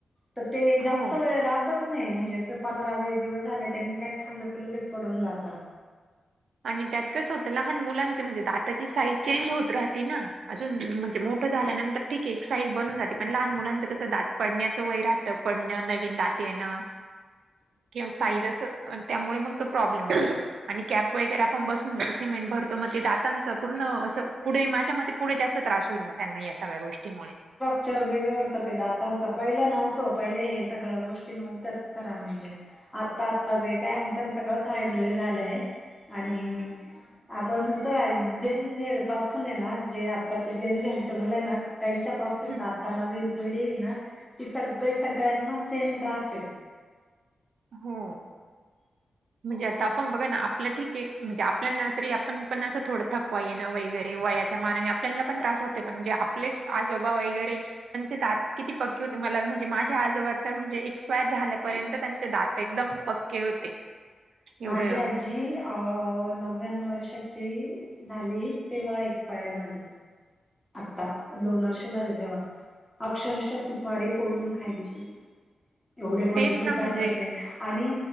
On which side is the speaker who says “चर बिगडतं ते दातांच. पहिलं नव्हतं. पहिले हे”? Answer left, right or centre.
Centre